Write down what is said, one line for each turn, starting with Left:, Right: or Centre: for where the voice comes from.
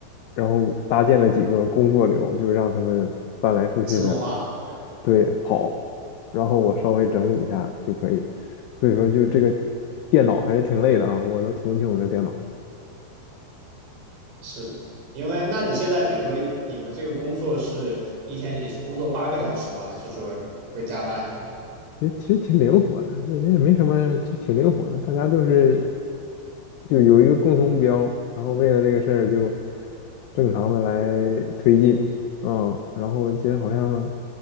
Left: 然后搭建了几个工作流，就让他们翻来覆去的
Right: 自动化，对吧？
Left: 对跑，然后我稍微整理一下就可以。所以说就这个电脑还是挺累的啊，我都同情我的电脑。
Right: 是的，因为那你现在比如说你们这个工作是一天也是工作八个小时吗？还是说会加班什么的？
Left: 其实其实挺灵活的，那那也没什么，就挺灵活的。大家就是就有一个共同目标，然后为了这个事儿就正常的来推进，嗯，然后其实好像